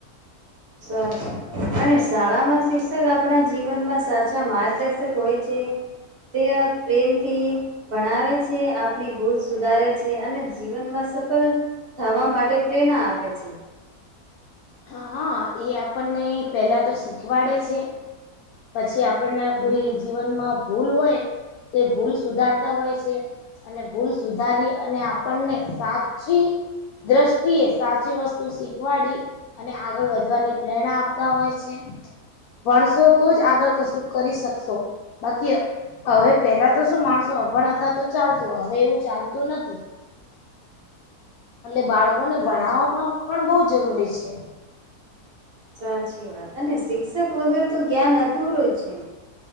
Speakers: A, on the right; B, on the left.
A: <unintelligible> અને શાળામાં શિક્ષક આપણા જીવનમાં સાચા માર્ગદર્શક હોય છે. ત્યાં પ્રેમથી ભણાવે છે. આપણી ભૂલ સુધારે છે. અને જીવનમાં સફળ થવા માટે પ્રેરણા આપે છે.
B: હા એ આપણને પેલા તો શીખવાડે છે. પછી આપ આપના
A: હમ
B: કોઈ જીવનમાં ભૂલ હોય તો એ ભૂલ સુધારતા હોય છે. અને ભૂલ સુધારી અને આપણને સાચી દ્રષ્ટિએ સાચી વસ્તુ શીખવાડી અને આગળ વધવાની પ્રેરણા આપતા હોય છે. ભણશો તો જ આગળ કશું કરી શકશો. બાકી હવે પેલા તો શું માણસો અભણ હતા તો ચાલતું. હવે એવું ચાલતું નથી.
A: <inaudible>
B: એટલે બાળકોને
A: સાચું
B: ભણાવવામાં પણ બહુ જરૂરી છે.
A: સાચી વાત અને શિક્ષક વગર તો જ્ઞાન અધૂરું છે.